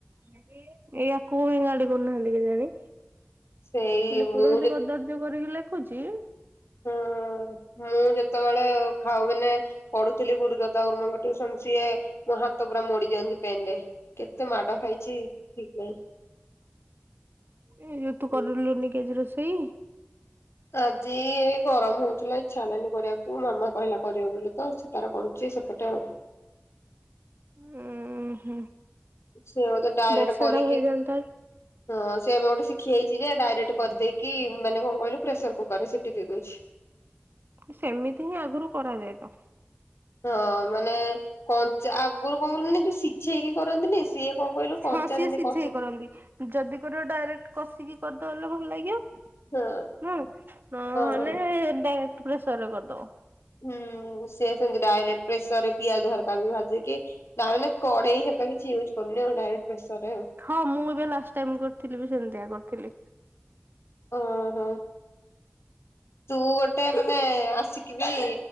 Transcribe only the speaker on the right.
ଜାକି। ଏଇୟାକୁ କାହିଁ ଗାଳି କରୁନାହାନ୍ତି କେଜାଣି?
ଲିକୁ
ସେମିତି କଦର୍ଯ୍ୟ କରିକି ଲେଖୁଚି।
ଏଇ ଯୋଉଁ
ତୁ କଲୁନି କି ଆଜି ରୋଷେଇ?
ଉଁ ହୁଁ।
ବର୍ଷା
ଟା ହୋଇଯାନ୍ତା।
ସେମିତି ହିଁ ଆଗରୁ କରାଯାଏ ତ।
ହଁ ସିଏ
ସିଝେଇ
କରନ୍ତି। ଯଦି କରିବ ଡାଇରେକ୍ଟ୍ କଷିକି କରିଦବ ବଲେ ଭଲ ଲାଗିବ।
ହୁଁ। ହୁଁ ମାନେ
ନ ହେଲେ ଡାଇରେକ୍ଟ୍ ପ୍ରେସର୍ ରେ କରିଦବ।
ହଁ ମୁଁ ଏବେ ଲାଷ୍ଟ୍ ଟାଇମ୍ କରିଥିଲି ବି ସେମିତିଆ କରିଥିଲି।